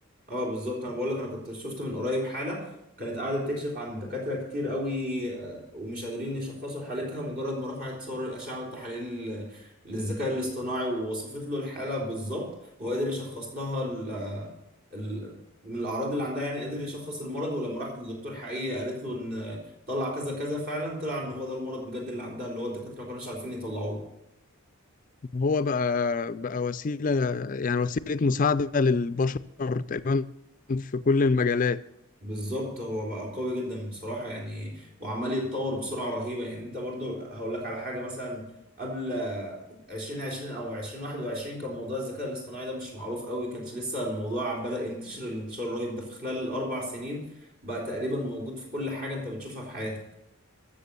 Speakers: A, on the right (about 40°); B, on the left (about 35°).
A: اه بالظبط انا بقول لك انا كنت شفت من قريب حالة كانت قاعدة تكشف عن دكاترة كتير قوي آه، ومش قادرين يشخصوا حالتها مجرد ما رفعت صور الأشعة والتحاليل آه، للذكاء الاصطناعي ووصفت له الحالة بالظبط هو قدر يشخص لها ال... آه، ال... من الأعراض اللي عندها يعني قدر يشخص المرض ولما راحت للدكتور حقيقي قالت له إن آه، طلع كذا كذا فعلا طلع إن هو ده المرض بجد اللي عندها اللي هو الدكاترة ما كانوش عارفين يطلعوه
B: هو بقى بقى وسيلة يعني وسيلة مساعدة للبشر تقريبا في كل المجالات
A: بالظبط هو بقى قوي جدا بصراحة يعني وعمال يتطور بسرعة رهيبة يعني انت برضو هقول لك على حاجة مثلا قبل عشرين عشرين او عشرين واحد وعشرين كان موضوع الذكاء الاصطناعي ده مش معروف قوي كانش لسه الموضوع بدأ ينتشر الانتشار الرهيب ده في خلال الاربع سنين بقى تقريبا موجود في كل حاجة انت بتشوفها في حياتك